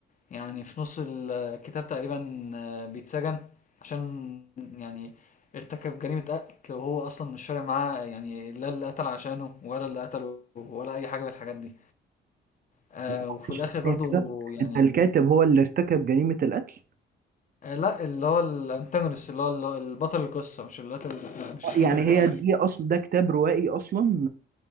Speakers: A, on the left; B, on the right.
A: يعني في نص الكتاب تقريبا آه، بيتسجن عشان يعني ارتكب جريمة قتل وهو أصلا مش فارق معاه يعني لا اللي قتل عشانه ولا اللي قتله ولا أي حاجة من الحاجات دي آه
B: لا معلش
A: وفي الآخر برضو
B: ثانيه كده
A: يعني
B: انت الكاتب هو اللي ارتكب جريمه القتل
A: آه لا اللي هو الأنتاجونست اللي هو اللي هو البطل القصة مش اللي قتل مش
B: آه،
A: القاتل
B: يعني
A: ذات
B: هي دي اصلا ده كتاب روائي اصلا